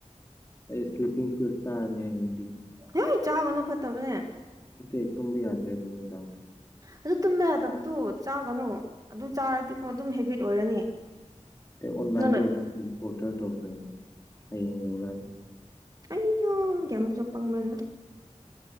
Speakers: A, on the left; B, on the right.
A: ꯑꯩ ꯁ꯭ꯂꯤꯞꯄꯤꯡ ꯄꯤꯜ ꯆꯔꯅꯤ ꯍꯥꯌꯦꯡꯗꯩ
B: ꯏ ꯆꯥꯒꯅꯨ ꯐꯠꯇꯕꯅꯦ
A: ꯅꯠꯇꯦ ꯇꯨꯝꯕ ꯌꯥꯗ꯭ꯔꯦꯕ ꯅꯨꯡꯗꯥꯡꯗ
B: ꯑꯗꯨ ꯇꯨꯝꯕ ꯌꯥꯗꯕꯗꯨ ꯆꯥꯒꯅꯨ ꯑꯗꯨ ꯆꯥꯔꯗꯤꯀꯣ ꯑꯗꯨꯝ ꯍꯦꯕꯤꯠ ꯑꯣꯏꯔꯅꯤ꯫
A: ꯑꯩ ꯑꯣꯟꯂꯥꯏꯟꯗꯨ
B: ꯅꯪꯅ
A: ꯗ ꯎꯝ ꯑꯣꯗꯔ ꯇꯧꯈ꯭ꯔꯦꯅꯦ ꯍꯌꯦꯡ ꯌꯧꯔꯛꯑꯅꯤ꯫
B: ꯑꯩꯌꯥ ꯌꯥꯝꯁꯨ ꯄꯪꯕꯅ